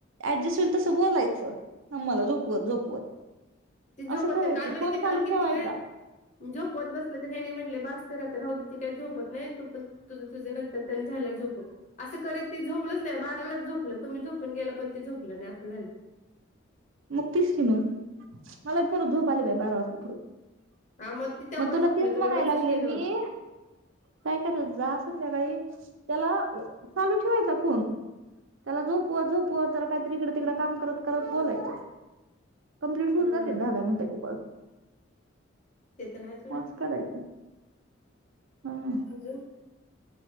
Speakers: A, on the right; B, on the left.
A: ऍडजेस्ट हुईल तसं बोलायचं नमाला झोपवत झोपवत.
B: ती झोपत
A: असं करायचं
B: काल बघितली
A: फोन चालू
B: काल किती
A: ठेवायचा
B: वेळ झोपत बसले तर हेनी म्हटले बास कर आता राहूदे ती काय झोपत नाइ तू पण तुझं तुझं नंतर तेन झाल्यावर झोपोव असं करत ते झोपलंच नाइ बारालाच झोपलं तुम्ही झोपून गेला पण ते झोपलं नाइ असं झालं.
A: म तेच की म मला परत झोप आली बाई बारा वाजता खरं
B: हा मग ती तेव्हा
A: म तुला
B: झोपलं
A: तेच
B: तुम्हाला
A: म्हणाय
B: मेसेज
A: लागले
B: केल्यावर
A: मी काय करत जा संध्याकाळी तेला चालू ठेवायचा फोन तेला झोपवत झोपवत जरा कायतरी इकडं तिकडं काम करत करत बोलायचं. कंप्लीट हुन
B: हम्म
A: जातय दहा दहा मिनिटाचे कॉल
B: ते तर आहे सोडा
A: म आस करायचं हा.
B: अजून.